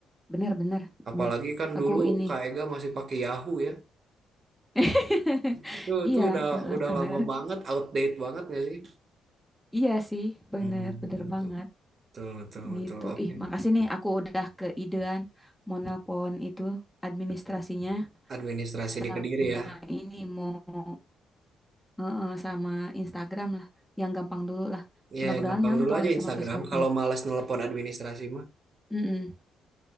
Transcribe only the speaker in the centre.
bener bener
bener.
Aku
ini.
<laughs>
Iya,
Heeh,
bener.
iya sih, bener
bener
banget
gitu.
Ih, makasih nih aku udah keidean mau nelpon itu administrasinya
sama
ini mau heeh, sama Instagram lah, yang gampang dulu lah.
Mudah-mudahan
nyantol
nih
sama Facebooknya.
Mm-mm.